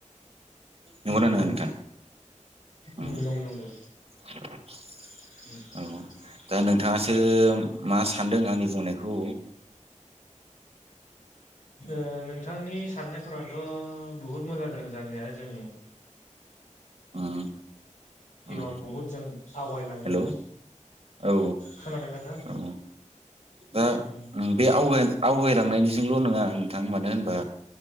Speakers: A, on the right; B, on the left.
A: नंगौना
B: उम
A: नङा
B: उम
A: नोंथां
B: नंगौ
A: उम
B: नंगौ
A: <inaudible>
B: <inaudible>
A: औ दा नोंथाङासो मा सानदों आंनि बुंनायखौ
B: ओ नोंथांनि साननायफोरानोथ' बहुद मोजां जादों जानाया जों
A: उम उम
B: उनाव बुहुद जों आवगायलांगोन
A: हेल' औ
B: खोनादोंना नोंथां
A: औ दा
B: उम
A: बे आवगाय आवगायलांनायनिजोंल' नङा नोंथां मानो होनबा